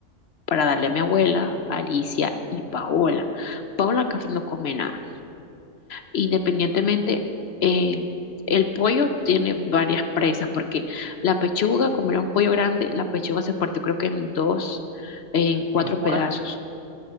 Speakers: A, on the left (about 55°); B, on the right (about 85°).
A: para darle a mi abuela, Alicia y Paola. Paola casi no come nada. Independientemente, eh, el pollo tiene varias presas, porque la pechuga, como era un pollo grande, la pechuga se partió creo que en dos, en
B: Hasta
A: cuatro
B: en cuatro.
A: pedazos.